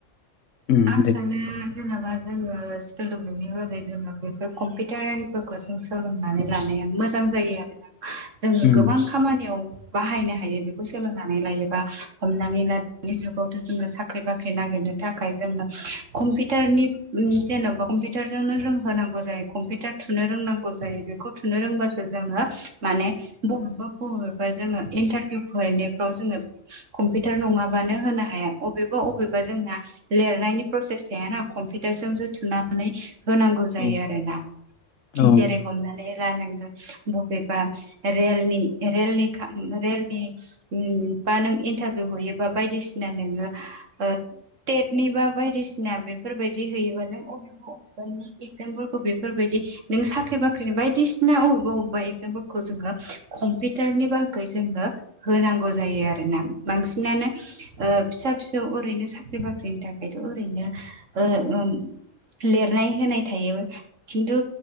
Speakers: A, on the left (about 80°); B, on the right (about 80°).
A: उम
B: आंसानो
A: दे
B: जेन'बा जोंङो सोलोंलुनि बागै जोङो बेफोर कम्पिउटारआरिफोरखौ जों सोलोंनानै लानाया मोजां जायो आरोना जोङो
A: उम
B: गोबां खामानियाव बाहायनो हायो बेखौ सोलोंनानै लायोबा हमनानै ला दानि जुगावथ' जोङो साख्रि बाख्रि नागिरनो थाखाय जोङो कम्पिउटारनि जेन'बा कम्पिउटारजोंनो जों होनांगौ जायो कम्पिउटार थुनो रों नांगौ जायों बेखौ थुनो रोंब्लासो जोङो माने बबेबा-बबेबा जोंङो इन्टारभिउ हैनायफ्राव जोङो कम्पिउटार नङाबानो होनो हाया अबेबा-अबेबा जोंहा लिरनायनि प्रसेस थायाना कम्पिउटारजोंसो थुनानै होनांगौ जायो
A: औ
B: आरो ना
A: औ
B: जेरै हमनानै ला नोंथां बबेबा रेलनि-रेलनि खा-रेलनि बा नों इन्टारभिउ हैयोबा बायदिसिना नोङो ओ टेट नि बा बायदिसिना बेफोरबायदि होयोबा नों अबेबा-अबेबानि एगजामखौ बेफोरबादि नों साख्रि-बाख्रिनि बायदिसिना अबेबा-अबेबा एक्जामखौ जोङो कम्पिउटारनि बागै जों होनांगौ जायो आरोना बांसिनानो ओ फिसा-फिसौ ओरैनो साख्रि-बाख्रि ख्रिनि थाखायथ' ओरैनो ओ-ओं लिरनाय होनाय थायो खिनथु